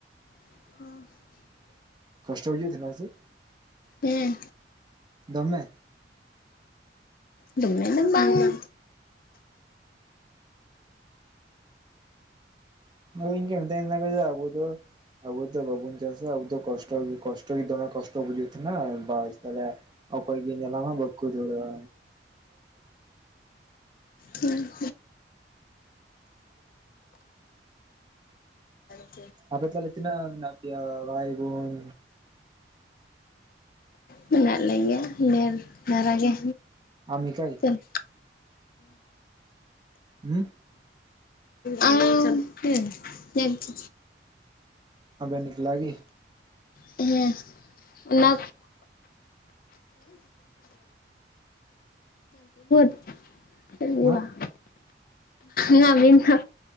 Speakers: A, on the left; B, on the right.
A: <inaudible>
B: ᱠᱚᱥᱴᱚ ᱵᱩᱡᱷᱟᱜ ᱛᱟᱦᱮᱱᱟ ᱦᱮᱸᱥᱮ
A: ᱦᱮᱸ
B: ᱫᱚᱢᱮ?
A: ᱫᱚᱢᱮ ᱫᱚ ᱵᱟᱝᱟ᱾
B: ᱚ ᱤᱧᱠᱚ ᱢᱤᱛᱟᱹᱧ ᱠᱟᱱ ᱟᱵᱩ ᱫᱚ <unintelligible> ᱟᱵᱚᱫᱚ ᱵᱟᱵᱚᱱ ᱪᱟᱥᱟ ᱟᱵᱚᱫᱚ ᱠᱚᱥᱴᱚ ᱜᱮ ᱠᱚᱥᱴᱚ ᱜᱮ ᱫᱚᱢᱮ ᱠᱚᱥᱴᱚ ᱵᱩᱡᱩᱜᱛᱟᱦᱮᱱᱟ ᱵᱟᱥ ᱛᱟᱦᱚᱞᱮ ᱚᱠᱚᱭ ᱜᱮ ᱧᱮᱞᱟᱢ ᱦᱚᱸ ᱵᱟᱠᱚ ᱫᱷᱩᱲᱮᱜᱼᱟ᱾
A: ᱦᱩᱸ <unintelligible> <unintelligible>
B: ᱟᱯᱮ ᱛᱟᱦᱞᱮ ᱛᱤᱱᱟᱹᱜ ᱢᱮᱱᱟᱜ ᱯᱮᱭᱟ ᱵᱷᱟᱭ ᱵᱳᱱ?
A: ᱢᱮᱱᱟᱜ ᱞᱮᱜᱮᱭᱟ ᱰᱮᱨ ᱫᱷᱟᱨᱟᱜ ᱜᱮ᱾
B: ᱟᱢ ᱮᱠᱟᱭ?
A: ᱦᱮᱸ
B: ᱦᱩᱸ
A: ᱟᱨ ᱦᱮᱸ <unintelligible>
B: ᱟᱵᱮᱱ ᱮᱠᱞᱟ ᱜᱮ?
A: ᱦᱮᱸ ᱚᱱᱟ <unintelligible> <unintelligible> ᱪᱮᱫ ᱜᱮ
B: ᱦᱮᱸ
A: ᱵᱟᱝ᱾ ᱢᱟ ᱵᱱᱟ